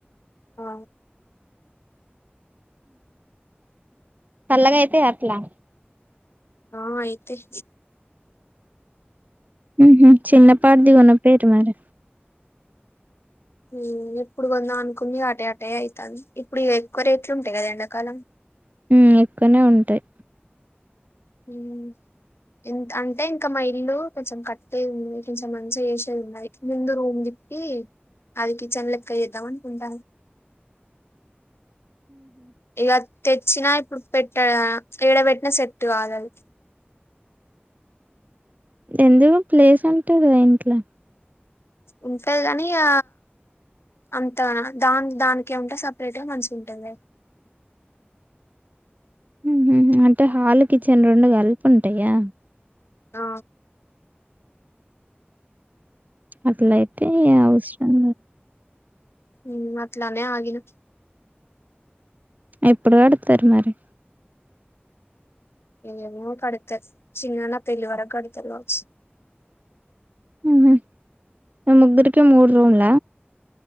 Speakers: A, on the left; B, on the right.
A: ఆ
B: సల్లగా ఐతైయా అట్లా
A: ఆ అయితై
B: ఉహ్మ్ చిన్నపాటిది కొనపోయిరు మరీ
A: ఉమ్ ఎప్పుడు కొందాం అనుకున ఇగ అటే అటే ఐతాంది ఇప్పుడు ఇగ ఎక్కువ రేట్లు ఉంటాయి కదా ఎండాకాలం
B: ఉమ్ ఎక్కువనే ఉంటాయి
A: ఉమ్ అంటే ఇంకా మా ఇల్లు కొంచెం కట్టేది ఉంది కొంచం మంచిగా చేసేది ఉన్నాది ముందు రూమ్ కి అది కిచెన్ లెక్క చేద్దాం అనుకుంట ఇగ తెచ్చినా ఇప్పుడు పెట్ట ఏడ పెట్టినా సెట్ కాదు అది
B: ఎందుకు ప్లేస్ ఉంటది కదా ఇంట్ల
A: ఉంటాది గని ఇగ అంతగణ దాన్ దానికే ఉంటే సపరేట్ గా మంచిగుంటదే
B: ఊహ్హమ్ అంటే హాలు కిచెన్ రెండు కలిపి ఉంటాయా
A: ఆ
B: అట్లయితే ఇగ అవసరం
A: ఉహ్మ్ అట్లనేే అగిన
B: ఎప్పుడు కడుతారు మరి
A: ఏమొ కడుతర్ చిన్నన్న పెళ్లివరక్ కడుతరూ కవచ్చ
B: మ్ హు మీ ముగ్గురికి మూడు రూమ్ల